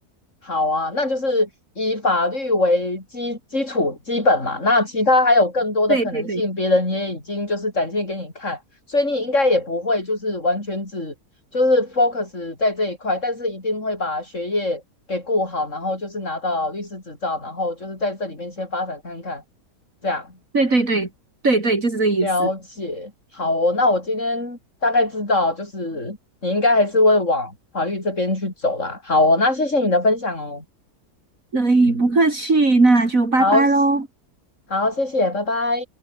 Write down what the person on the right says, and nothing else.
对对对
对对对对对，就是这意思。
对，不客气，那就拜拜喽。